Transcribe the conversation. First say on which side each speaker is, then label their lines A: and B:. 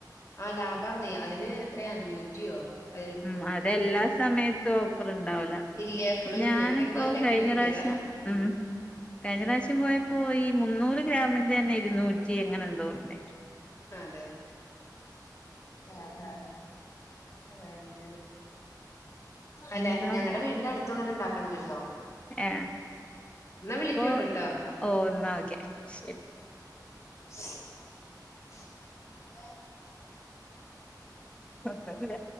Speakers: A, on the left (about 40°); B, on the left (about 15°).
A: ആ ലാബാർന അതിന് എത്രയ അഞ്ഞൂറ്റിയോ അ
B: ഉം അതെല്ലാ സമയത്തും ഓഫർ ഉണ്ടാവുല
A: ഇല്ല എപ്പളും ഇല്ല
B: ഞാനിപ്പോ
A: ഞങ്ങക്ക് എന്തോ ഒരു ലക്കിന്
B: കഴിഞ്ഞ
A: കിട്ടിയതാ
B: പ്രാവശ്യം ഉം കഴിഞ്ഞ പ്രാവശ്യം പോയപ്പോ ഈ മുന്നൂറ് ഗ്രാമിന്റെന്നെ ഇരുന്നു ചി ങ്ങനെ എന്തോണ്ടായി
A: ആ അതെ ആഹ് ആഹ് ആ അങ്ങനെ അല്ല
B: എന്താ
A: ഞങ്ങളടെ വീടിന്റെ അടുത്തന്നൊന്ന് ഉണ്ടാക്കണ്ട്ട്ടോ
B: ഏ ഇപ്പൊ
A: വിളിക്കോണ്ടുട്ടോ
B: ഓ ന്നാ ഓക്കെ ശരി
A: <unintelligible>
B: കൊയപല്ല